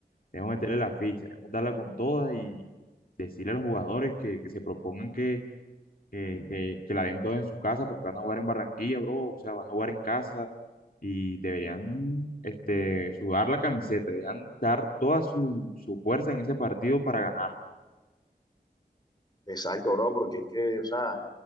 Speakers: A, on the left; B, on the left.
A: debemos meterle la ficha, debemos darla con toda y decirle a los jugadores que, que se propongan que, que- que la den toda en su casa porque van a jugar en Barranquilla, bro, o sea, van a jugar en casa y deberían este, sudar la camiseta, deberían dar toda su, su fuerza en ese partido para ganarlo.
B: Exacto, bro, porque es que, o sea,